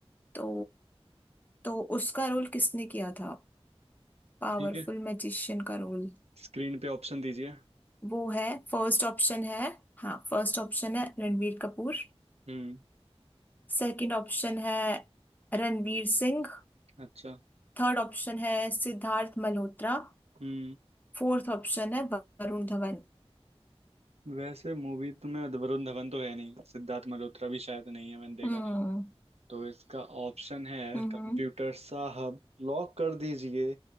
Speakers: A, on the left (about 15°); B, on the right (about 80°).
A: तो तो उसका रोल किसने किया था पावरफुल
B: ठीक है
A: मैजिशियन का रोल
B: स्क्रीन पे ऑप्शन दीजिए
A: वो है फर्स्ट ऑप्शन है हाँ फर्स्ट ऑप्शन है रणवीर कपूर
B: हम्म
A: सेकंड ऑप्शन है रणवीर सिंह
B: अच्छा
A: थर्ड ऑप्शन है सिद्धार्थ मल्होत्रा
B: हम्म
A: फोर्थ ऑप्शन है वरुण धवन
B: वैसे मूवी तो मैं वरुण धवन तो है नहीं सिद्धार्थ मल्होत्रा भी शायद नहीं है मैंने देखा
A: हम्म
B: नहीं तो इसका ऑप्शन है
A: हम्म
B: कंप्यूटर साहब लॉक कर दीजिए